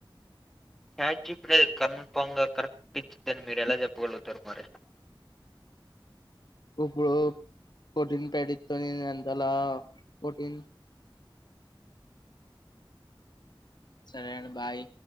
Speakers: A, in the centre; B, on the left (about 50°).
A: చార్జీపీట్టి కన్ఫామ్ గా కరెక్ట్ ఇచ్చిద్దని మీరు ఎలా చెప్పగలుగుతారు మరి
B: ఇప్పుడు పోటీన్ పెడితోని అంత అలా పోటీన్ సరే అండ్ బాయ్